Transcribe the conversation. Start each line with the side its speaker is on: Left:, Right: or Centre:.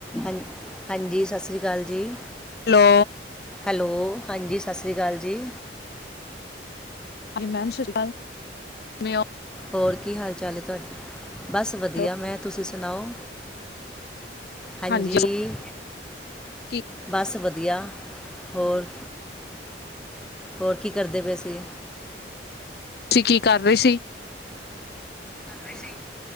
Centre: ਹਾਂਜੀ, ਹਾਂਜੀ ਸਤਿ ਸ਼੍ਰੀ ਅਕਾਲ ਜੀ।
Left: ਹੈਲੋ।
Centre: ਹੈਲੋ, ਹਾਂਜੀ ਸਤਿ ਸ਼੍ਰੀ ਅਕਾਲ ਜੀ।
Left: ਹਾਂਜੀ ਮੈਮ ਸਤਿ ਸ਼ੀ ਅਕਾਲ, ਕੀ ਹਾਲ।
Centre: ਹੋਰ ਕੀ ਹਾਲ ਚਾਲ ਹੈ ਤੁਹਾਡਾ, ਬਸ ਵਧੀਆ,
Left: ਹੋ?
Centre: ਮੈਂ ਤੁਸੀਂ ਸੁਣਾਓ। ਹਾਂਜੀਂ,
Left: ਹਾਂਜੀ ਕੀ
Centre: ਬਸ ਵਧੀਆ, ਹੋਰ। ਹੋਰ ਕੀ ਕਰਦੇ ਪਏ ਸੀਂ?
Left: ਤੁਸੀਂ ਕੀ ਕਰ ਰਹੇ ਸੀ?
Centre: ਬਿਜੀ।